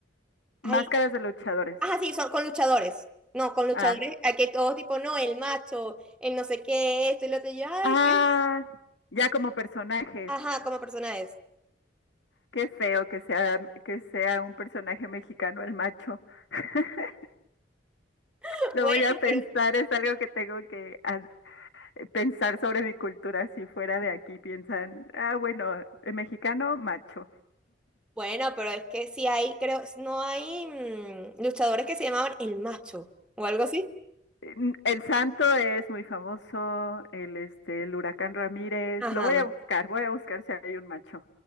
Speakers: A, in the centre; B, on the left.
A: ay,
B: Máscaras de luchadores.
A: Ajá, sí, son con luchadores. No, con luchadores.
B: Ah.
A: Aquí todos tipo, no, el macho, el no sé qué, esto y lo otro. y yo, ay,
B: Ah,
A: qué.
B: ya como personajes.
A: Ajá, como persona es.
B: Qué feo que sea, que sea un personaje mexicano el macho. <laughs>
A: <laughs>
B: Lo
A: Bueno,
B: voy a pensar,
A: pero,
B: es algo que tengo que, a- pensar sobre mi cultura si fuera de aquí, piensan, ah, bueno, eh, mexicano, macho.
A: bueno, pero es que sí hay, creo, no hay mm, luchadores que se llamaban el macho o algo así.
B: Mm, El santo es muy famoso, el, este, el huracán Ramírez,
A: Ajá.
B: lo voy a buscar, voy a buscar si hay un macho.